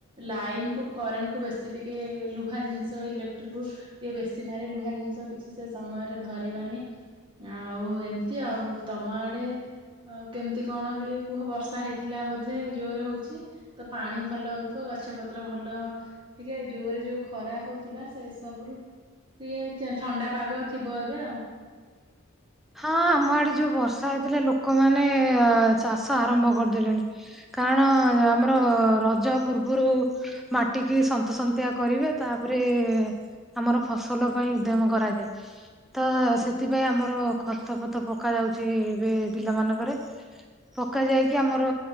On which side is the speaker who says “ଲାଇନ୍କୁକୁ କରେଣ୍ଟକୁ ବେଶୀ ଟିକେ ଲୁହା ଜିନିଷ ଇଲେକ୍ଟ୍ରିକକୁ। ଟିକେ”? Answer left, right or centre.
Right